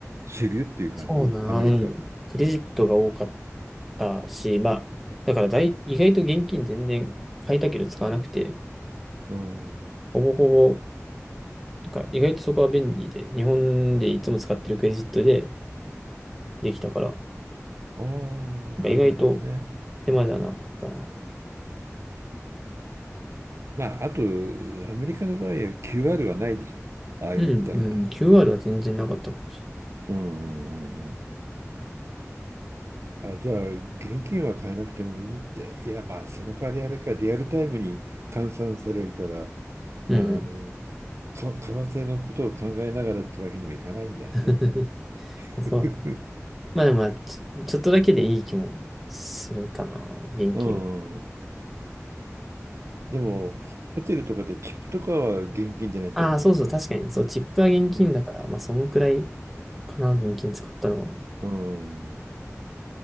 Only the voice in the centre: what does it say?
そうだな。
うん。クレジットが多かったし、まあ、だからだい、意外と現金全然買えたけど使わなくて、
ほぼほぼ、なんか意外とそこは便利で、日本でいつも使ってるクレジットでできたから、な
んか意外と
手間じゃなかったな。
うん、うん、QR は全然なかったかもし
れない。
うん、う
ん。<laughs> あそう。
まあでもまあ、ちょ、ちょっとだけでいい気もするかな、現金は。
ああ、そうそう、確かに。そう、チップは現金だから、
まあ、そんくらいかな、現金使ったのは。